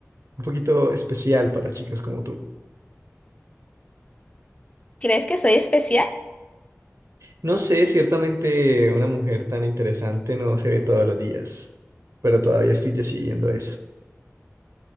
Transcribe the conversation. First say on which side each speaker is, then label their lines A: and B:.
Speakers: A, on the right (about 75°); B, on the left (about 25°).
A: un poquito especial para chicas como tú.
B: ¿Crees que soy especial?
A: No sé, ciertamente una mujer tan interesante no se ve todos los días, pero todavía estoy decidiendo eso.